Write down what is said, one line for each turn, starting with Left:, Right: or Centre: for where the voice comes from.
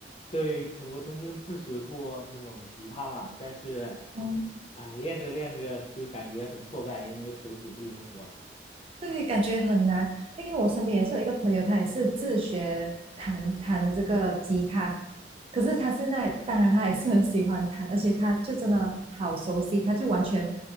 Left: 对，我曾经自学过那种吉他嘛，但是，
Right: 哦，
Left: 哎，练着练着就感觉很挫败，因为手指不灵活。
Right: 对，感觉很难，因为我身边也是有一个朋友，他也是自学弹弹这个吉他，可是他现在当然他也是很喜欢弹，而且他就真的好熟悉，他就完全